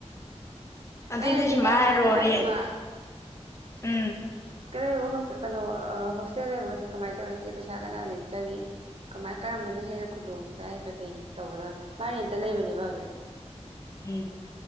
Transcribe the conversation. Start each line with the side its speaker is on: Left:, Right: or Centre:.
Left: ꯑꯗꯨꯗꯤ
Right: ꯑꯩꯅꯆꯦ
Left: ꯁꯨꯃꯥꯏ
Right: ꯀꯝꯂꯥꯗ
Left: ꯍꯥꯏꯔꯣ
Right: ꯍꯪꯕ
Left: ꯔꯦꯟ ꯎꯝ
Right: ꯀꯩꯅꯣ ꯍꯣꯁꯇꯦꯜ ꯂꯩꯕ ꯍꯧꯖꯤꯛ ꯀꯃꯥꯏꯅ ꯇꯧꯋꯤ ꯏꯆꯦ ꯄꯩꯁꯥ ꯀꯅꯥꯅ ꯍ ꯆꯪꯉꯤ ꯀꯃꯥꯏ ꯀꯔꯝꯕꯅ ꯍꯦꯟꯅ ꯈꯨꯗꯣꯡ ꯆꯥꯏ ꯀꯩꯀꯩ ꯇꯧꯕꯅꯣ ꯃꯥ ꯔꯦꯟꯇ ꯂꯩꯕꯅꯦꯕ ꯍꯧꯖꯤꯛ
Left: ꯎꯝ